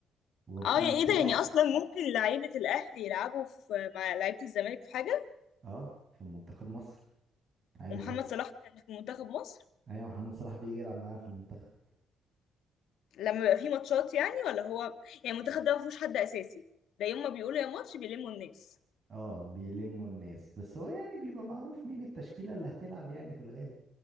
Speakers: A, on the right; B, on the left.
A: ومحمد
B: اه يعني
A: صلاح
B: ايه ده يعني اصلا ممكن لعيبه الاهلي يلعبوا في مع لعيبه الزمالك في حاجه
A: اه في منتخب مصر عادي
B: ومحمد
A: خالص
B: صلاح كان في منتخب مصر
A: ايوه محمد صلاح بيجي يلعب معانا في المنتخب
B: لما بيبقى فيه ماتشات يعني ولا هو يعني المنتخب ده ما فيهوش حد اساسي ده يوم ما بيقولوا يا ماتش بيلموا الناس
A: اه بيلموا الناس بس هو يعني بيبقى معروف مين التشكيلة اللي هتلعب يعني في الغالب